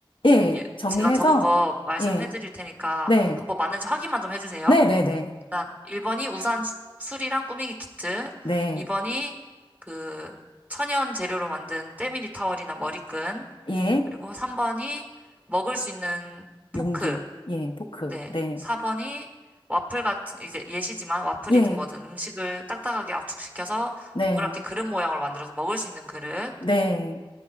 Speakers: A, on the left; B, on the right.
A: 예,
B: 일-
A: 정리해서,
B: 제가 적은 거 말씀해드릴
A: 예,
B: 테니까
A: 네,
B: 한번 맞는지 확인만 좀 해주세요.
A: 네, 네, 네,
B: 일단 1번이 우산 수- 수리랑 꾸미기 키트,
A: 네,
B: 2번이 그 천연 재료로 만든 때밀이 타월이나 머리끈,
A: 예,
B: 그리고 3번이 먹을 수 있는 포크,
A: 용기, 예, 포크,
B: 네.
A: 네,
B: 4번이 와플 같은, 이제 예시지만 와플이든
A: 예,
B: 뭐든 음식을 딱딱하게 압축시켜서
A: 네,
B: 동그랗게 그릇 모양으로 만들어서 먹을 수 있는 그릇.
A: 네,